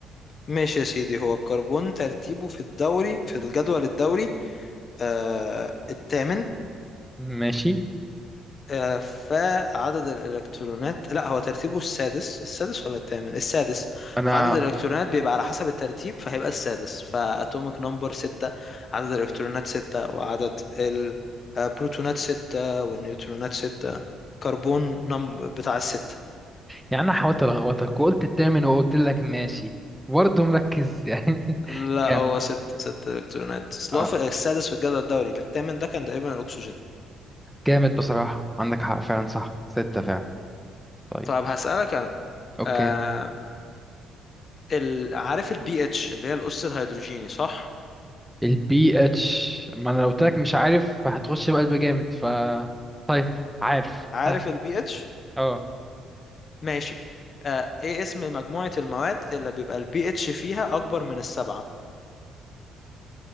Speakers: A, on the left; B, in the centre.
A: ماشي يا سيدي هو الكربون ترتيبه في الدوري في الجدول الدوري آه الثامن
B: ماشي
A: آه، فعدد الإلكترونات لا هو ترتيبه السادس السادس ولا الثامن السادس
B: أنا
A: فعدد الإلكترونات بيبقى على حسب الترتيب فهيبقى السادس فأتوميك نمبر ستة عدد الإلكترونات ستة وعدد البروتونات ستة والنيوترونات ستة كربون نم بتاع الستة
B: يعني أنا حاولت ألخبطك وقلت التامن وقلت لك ماشي برضه مركز يعني
A: لا
B: <laughs> كام؟
A: هو ستة ستة إلكترونات أصل
B: آه
A: هو في السادس في الجدول الدوري الثامن ده كان تقريبا الأكسجين
B: جامد بصراحة عندك حق فعلا صح ستة فعلا طيب
A: طب هسألك أنا
B: أوكي
A: آه ال... عارف البي اتش اللي هي الأس الهيدروجيني صح؟
B: البي اتش ما أنا لو قلت لك مش عارف هتخش بقلب جامد ف طيب عارف
A: عارف
B: <laughs>
A: البي اتش؟
B: اه
A: ماشي آه ايه اسم مجموعة المواد اللي بيبقى البي اتش فيها اكبر من السبعة